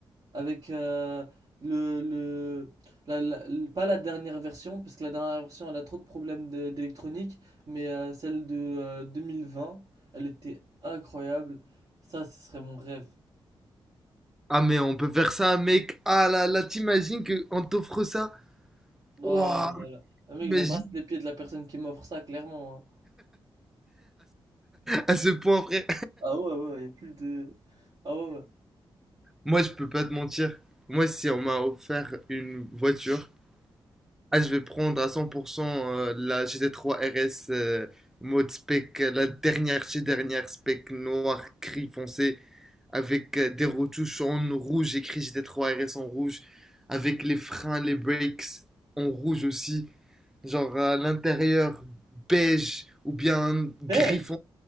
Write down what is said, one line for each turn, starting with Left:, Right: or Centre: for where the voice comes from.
Right: avec euh, le, le, la- la- le- pas la dernière version, parce que la dernière version elle a trop de problèmes d'é- d'électronique, mais euh, celle de euh, 2020 elle était incroyable. Ça, ce serait mon rêve.
Centre: Ah, mais on peut faire ça, mec. Ah là là, t'imagines qu'on t'offre ça? Waouh,
Right: Ah, voilà. Ah, Mec,
Centre: imagine
Right: j'embrasse les pieds de la personne qui m'offre ça, clairement. hein.
Centre: à ce point, frère.
Right: Ah ouais, ouais, y a plus de. Ah ouais, ouais.
Centre: Moi, je peux pas te mentir. Moi, si on m'a offert une voiture, ah, je vais prendre à 100% euh, la GT3 RS euh, mode spec, euh, la dernière chez dernière spec noir, gris foncé, avec euh, des retouches en rouge, écrit GT3 RS en rouge, avec les freins, les brakes en rouge aussi. genre à l'intérieur beige ou bien gris
Right: Beige,
Centre: foncé.